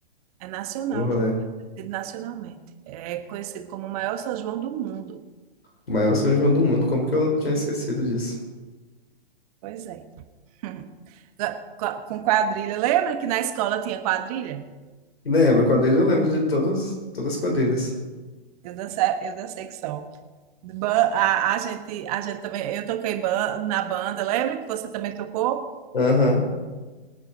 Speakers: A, on the right (about 40°); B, on the left (about 70°).
A: É nacional,
B: O rolê.
A: viu? É conhecido nacionalmente. É conhecido como o maior São João do mundo.
B: O maior São João do mundo, como que eu tinha esquecido disso?
A: Pois é. <laughs> Da- co- Com quadrilha. Lembra que na escola tinha quadrilha?
B: Lembro, quadrilha eu lembro de todas, todas as quadrilhas.
A: Eu dancei, eu dancei que só. Ban- A, a gente, a gente também, eu toquei ban- na banda. Lembra que você também tocou?
B: Aham.